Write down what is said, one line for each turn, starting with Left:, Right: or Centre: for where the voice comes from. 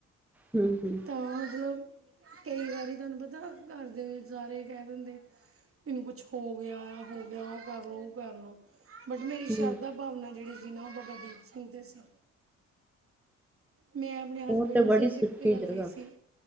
Centre: ਹੂੰ ਹੂੰ
Right: ਤਾਂ ਮਤਲਬ ਕਈ ਵਾਰੀ ਤੁਹਾਨੂੰ ਪਤਾ ਘਰ ਦੇ ਸਾਰੇ ਕਹਿ ਦਿੰਦੇ ਏਨੂੰ ਕੁੱਛ ਹੋ ਗਿਆ ਆ। ਹੋ ਗਿਆ ਕਰ ਲੋ ਉਹ ਕਰ ਲੋ ਬਟ ਮੇਰੀ ਸ਼ਰਧਾ
Centre: ਹੂੰ
Right: ਭਾਵਨਾ ਜਿਹੜੀ ਸੀ ਨਾ ਉਹ ਬਾਬਾ ਦੀਪ ਸਿੰਘ ਦੇ ਸੀ ਮੈਂ ਆਪਣੇ ਹਸਬੈਂਡ
Centre: ਉਹ ਤੇ
Right: ਨੂੰ
Centre: ਬੜੀ
Right: ਸਿਰਫ
Centre: ਸੁੱਚੀ
Right: ਇੱਕੋ ਹੀ ਗੱਲ
Centre: ਜਗ੍ਹਾ
Right: ਕਹੀ ਸੀ।